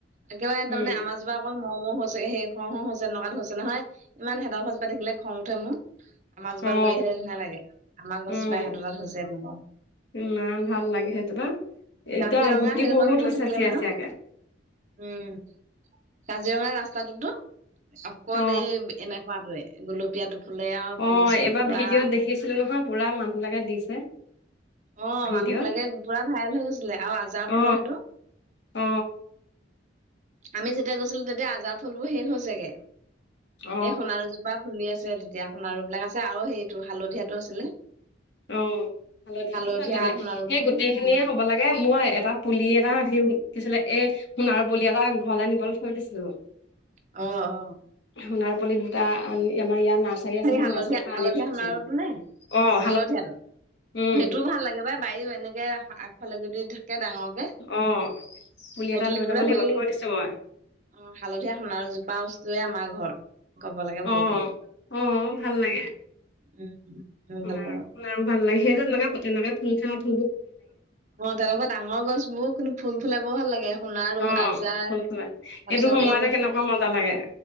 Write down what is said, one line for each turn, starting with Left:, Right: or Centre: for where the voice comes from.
Right: একেবাৰে তাৰমানে
Left: উম
Right: আমাৰজোপা অকণ হম হম হৈছে সেই হম হম হৈছে এনেকুৱাত হৈছে নহয় ইমান হেহঁতৰ গছজোপা দেখিলে খং উঠে মোৰ। মাছ বান
Left: অ
Right: লৈহে আমাৰ গছজোপা
Left: উম
Right: সেহতৰ তাত হৈছে ব
Left: ইমান ভাল লাগে সেইজোপা এতিয়া
Right: কাজিৰঙা
Left: গুটি
Right: শেলকণ
Left: বহুত
Right: গৈ
Left: হৈছে
Right: থাকিলে
Left: চিয়া
Right: মানে
Left: চিয়াকে
Right: উম, কাজিৰঙা ৰাস্তাটো অকল
Left: অ
Right: এই এনেকুৱাতোয়ে গোলপীয়াটো ফুলে আৰু
Left: অ
Right: ফুলিছে
Left: এইবাৰ
Right: পুৰা
Left: ভিডিঅ'ত দেখিছিলো নহয় পুৰা মানুহবিলাকে দিছে
Right: অ,
Left: ভিডিঅ'
Right: মানুহ বিলাকে পুৰা ভাইৰেল হৈ গৈছিলে আৰু আজাৰ
Left: অ
Right: ফুলৰ সেইটো
Left: অ
Right: আমি যেতিয়া গৈছিলো তেতিয়া আজাৰ ফুলবোৰ শেষ হল চাগে।
Left: অ
Right: এই সোণাৰুজোপা ফুলি আছে তেতিয়া সোণাৰু বিলাক আছে আৰু সেৰিটো হালধীয়াটো আছিলে।
Left: অ হালধীয়াাতটোও
Right: হালধীয়া
Left: ভাল লাগে
Right: সোণাৰু
Left: সেই গোটেই খিনিয়ে
Right: উম
Left: হ'ব লাগে মই এটা। পুলি এটা সি কিছিলে এ সোণাৰ পুলি এটা ঘৰলে নিবলৈ থৈ দিছিলো।
Right: অঁ, অঁ।
Left: সোণাৰ পুলি দুটা আমাৰ ইয়াত নাৰ্চাৰী আছে নে
Right: হালধীয়া
Left: নাৰ্চাৰীৰ পৰা
Right: হালধীয়া
Left: আনি থৈছিলো
Right: সোণাৰুটো নে
Left: অ
Right: হালধীয়াটো
Left: উম
Right: অ সেইটোও ভাল লাগে বাই বায়ী এনেকে আগফালে যদি কে ডাঙকে
Left: অ পুলি
Right: পদূলি
Left: এটা লৈ যাব
Right: বোৰে
Left: লাগিব
Right: হৈ
Left: থৈ দিছো মই
Right: অ হালধীয়া সোণাৰ জোপা <unintelligible> আমাৰ ঘৰ কব লেকে
Left: অ
Right: ভাল লাগে
Left: অ ভাল লাগে
Right: উম মই
Left: সুনাৰো
Right: ভাল পাওঁ
Left: সুনাৰো ভাল লাগে সেই তেনেকুৱা তেনেক <unintelligible>
Right: অ তেনেকুৱা ডাঙৰ গছ বোৰ কিন্তু ফুল ফুল ব ভাল লাগে সোণাৰু,
Left: অ
Right: আজাৰ
Left: ফুল
Right: তাৰপিছত
Left: ফুলা সময়তে
Right: এইটো
Left: কেনেকুৱা মজা লাগে